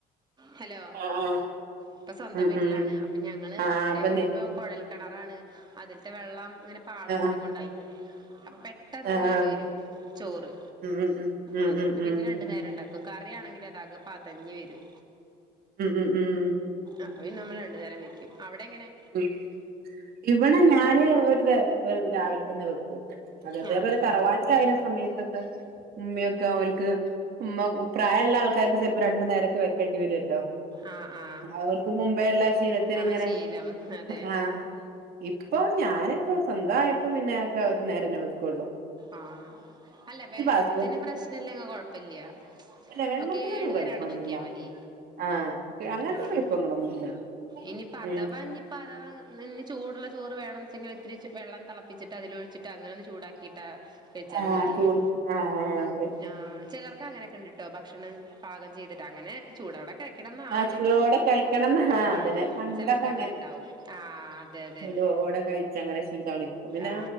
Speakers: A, on the right; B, on the right.
A: ഹലോ
B: ആഹ് ആഹ്
A: ഇപ്പൊ സ്വന്തം
B: ഉം
A: വീട്ടിലാണ്
B: ഉം
A: അപ്പൊ ഞങ്ങള്
B: ആഹ്
A: അവിടെ
B: അപ്പന്ന്
A: പറയുമ്പോ കൊഴൽ കിണറാണ് അതില്ത്തെ വെള്ളം ഇങ്ങനെ പാട
B: ആഹ്
A: കെട്ടിങ്ങോണ്ടായിരിക്കും അപ്പൊ പെട്ടെന്ന്
B: ആഹ്
A: കേടു വരും ചോറ്
B: ഉം ഉം ഉം
A: അതോണ്ട്
B: ഉം ഉം ഉം
A: പിന്നെ രണ്ട് നേരം ഇണ്ടാക്കും കറിയാണെങ്കിൽ അതാകെ പതഞ്. വരും
B: ഉം ഉം ഉം
A: അവ നമ്മൾ രണ്ടു തരം വെക്കും അവിടെ എങ്ങനെ
B: ഉം ഇവടെ ഞാന് ഒരു രാവിലെ തന്നെ വെക്കും അത അതേപോലെ
A: ആ
B: തറവാട്ടിലായുന്ന സമയത്തൊക്കെ ഉമ്മയൊക്കെ ഓല്ക്ക് ഉമ്മ പ്രായ ഇള്ള ആൾക്കാർക്ക് ചെല്പ്പോ രണ്ടു നേരക്കെ വെക്കേണ്ടി വരോല്ലോ
A: ആ ആ
B: അവർക്ക് മുമ്പേ ള്ള ഷീലത്തിന്
A: ആ
B: ഇങ്ങനെ
A: ശീലം അതെ
B: ആഹ് ഇപ്പൊ ഞാനിപ്പോ സ്വന്തായപ്പോ പിന്നെ ഒക്കെ ഒരു നേരന്നെ വെക്കുള്ളു.
A: ആഹ് അല്ല വെള്ളത്തിന്
B: ഹസ്ബൻഡ്
A: പ്രശ്നല്ലെങ് കൊഴപ്പല്യ.
B: അല്ല വെള്ളത്തിനൊന്നും
A: ന്നൊ കേടു
B: കൊഴപ്പൊന്നുല്ല
A: വരാണ്ട നോക്കിയാ മതി.
B: ആഹ് അങ്ങനത്തെ
A: ആഹ്
B: കുഴപ്പങ്ങളൊന്നുല്ല
A: ഇനിപ്പ അതവ
B: ഉം
A: ഞ്ഞിപ്പ അതവാങ്ങ ന്ന് ഞ്ഞി ചൂടുള്ള ചോറ് വേണംച്ചെങ്കില് ത്തിരിച് വെള്ളം തിളപ്പിച്ചിട്ട് അതിലൊഴിച്ചിട്ട് അങ്ങനൊന്ന് ചൂടാക്കിയിട്ടാ കഴിച്ചാലും
B: ആഹ്
A: മതിയല്ലോ
B: ചൂട് ആഹ് ആഹ് അതെ
A: ആഹ് അഹ് ചെലോർക്ക് അങ്ങനൊക്കെണ്ടിട്ടോ ഭക്ഷണം പാകം ചെയ്തിട്ട് അങ്ങനെ ചൂടോടെ കഴിക്കണംന്നാണ്
B: ആഹ് ചൂടോടെ കഴിക്കണംന്ന്
A: ആഹ്
B: അതന്നെ പണ്ടൊക്കെ
A: ചിലർക്ക് അങ്ങനെണ്ടാവു ആഹ് അതെ അതെ
B: തോടെന്നെ കഴിച്ച അങ്ങനെ ശീലാണ്. അപ്പം പിന്നെ
A: ആ